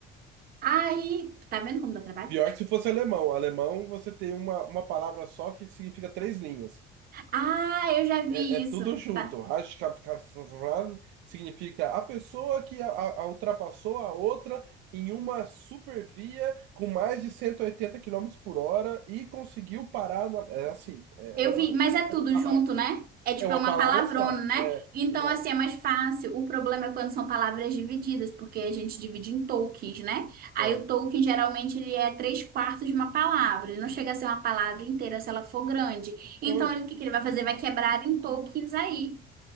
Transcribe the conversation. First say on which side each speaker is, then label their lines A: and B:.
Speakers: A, on the right; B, on the right.
A: Aí, tá vendo como dá trabalho?
B: Pior que se fosse alemão. Alemão, você tem uma, uma palavra só que significa três linhas.
A: Ah, eu já vi
B: É, é tudo
A: isso.
B: junto.
A: Tá.
B: Hashkapkasrav significa a pessoa que a, a- a ultrapassou a outra em uma supervia com mais de 180 quilômetros por hora e conseguiu parar. na- É assim, é
A: Eu
B: uma,
A: vi, mas é
B: <laughs>
A: tudo junto, né? É tipo,
B: é uma
A: é uma
B: palavra
A: palavrona,
B: só.
A: né?
B: É,
A: Então,
B: exato.
A: assim, é mais fácil. O problema é quando são palavras divididas, porque a gente divide em tokens, né? Aí
B: Ah,
A: o token, geralmente, ele é três quartos de uma palavra. Ele não chega a ser uma palavra inteira se ela for grande. Então,
B: ah,
A: ele- o que que ele vai fazer? Vai quebrar em tokens aí,